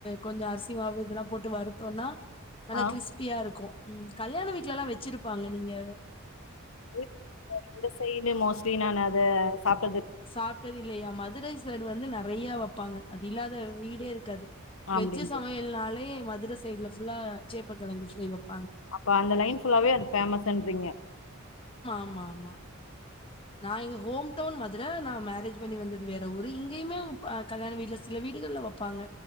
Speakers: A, on the left (about 25°); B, on the left (about 80°).
A: கொஞ்சம் அரிசிமாவு இதெல்லாம் போட்டு வருத்தோம்ன்னா நல்ல
B: ஆ
A: கிறிஸ்பியா இருக்கும் ம் கல்யாண வீ்ட்ல எல்லாம் வச்சுருப் ப்பான்னுவிங்க
B: இ இந்த சைய்டு மோஸ்லி நான் அதை சாப்பு
A: சாப்பட்டது இல்லையா மதுரை சைடு வந்து நெறை வெயா வைப்பாங்க அது இல்லாத வீடோ இருக்காது
B: அப்டிங்க
A: வெஜ்ஜு சமையல்னாலே மதுர சைடல புல்லா சேப்பக்கிழங்கு சொய்ஒம்
B: அப்ப அந்த லைன் ஃபுல்லாவே அது பேமஸ்ன்றீங்க
A: ம்மா வும்மா நான் இங் ஹோம் டோன் மதுர நான மேரேஜ் பண்ணி வந்தது வேற ஊர் இங்கேயுமே வப்பா கல்யாண வீட்ல சில வீடுகல வைப்பாங்க